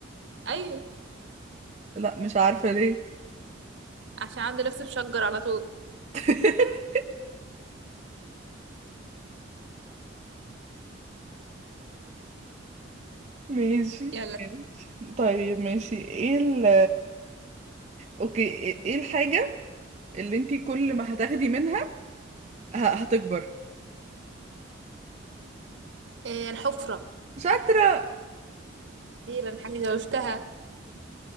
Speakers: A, on the right; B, on the right.
A: ايوه
B: لا مش عارفة ليه
A: عشان عنده لبس مشجر على طول
B: <laughs> ماشي
A: يلا
B: ماشي طيب ماشي ايه ال اوكي ايه إيه الحاجة اللي انتي كل ما هتاخدي منها ه- هتكبر
A: آه الحفرة
B: شاطرة
A: أخيرا حاجة عرفتها